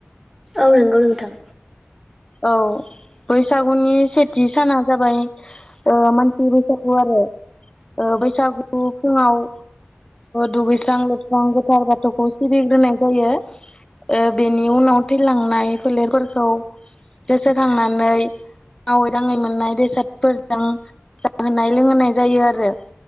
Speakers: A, in the centre; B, on the left.
A: औ नंगौ नोंथां।
B: औ बैसागुनि सेथि साना जाबाय ओ मानसि बैसागु आरो ओ बैसागुखौ फुङाव दुगैस्रां-लोबस्रां गोथार बाथौखौ सिबिग्रोनाय जायो। ओ बेनि उनाव थैलांनाय फोलेरफोरखौ गोसोखांनानै मावै दाङै मोननाय बेसादफोरजों जाहोनाय लोंहोनाय जायो आरो।